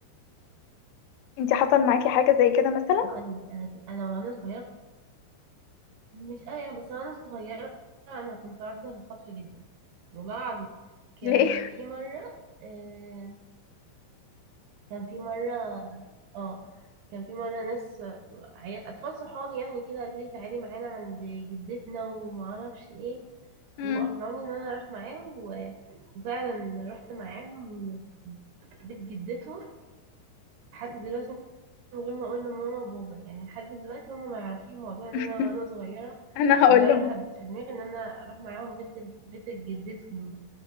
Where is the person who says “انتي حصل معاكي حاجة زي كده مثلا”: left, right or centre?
Left